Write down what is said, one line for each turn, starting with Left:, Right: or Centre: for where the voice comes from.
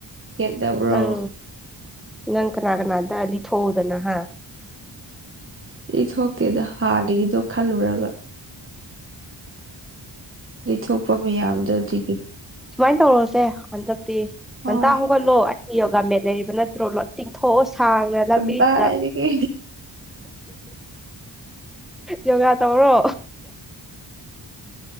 Right: ꯀꯞꯇꯕ꯭ꯔꯣ
Centre: ꯅꯪ ꯅꯪ ꯀꯅꯥꯒꯅꯥꯗ ꯑ ꯂꯤ ꯊ ꯍꯧꯗꯅ ꯍꯥ
Right: ꯑꯩ ꯊꯣꯛꯇꯦꯗ ꯍꯥꯟꯅꯒꯤꯗꯣ ꯈꯜꯂꯨꯔꯒ ꯂꯤꯊꯣꯛꯄ ꯃꯤꯌꯥꯝꯗꯣ ꯑꯗꯨꯒꯤ
Centre: ꯁꯨꯃꯥꯏꯅ ꯇꯧꯔꯣꯁꯦ ꯍꯟꯗꯛꯇꯤ ꯉꯟꯇꯥ
Right: ꯍꯣꯏ
Centre: ꯍꯧꯒꯠꯂꯣ ꯑꯩꯩꯅ ꯌꯣꯒꯥ ꯃꯠ ꯂꯩꯔꯤꯕ ꯅꯠꯇ꯭ꯔꯣ ꯂꯣ ꯊꯣꯛꯑꯣ ꯁꯥꯡꯅ ꯂꯝꯕꯤꯗꯨꯗ
Right: ꯀꯗꯥꯏꯗꯒꯤ
Centre: ꯌꯣꯒꯥ ꯇꯧꯔꯣ
Right: <unintelligible>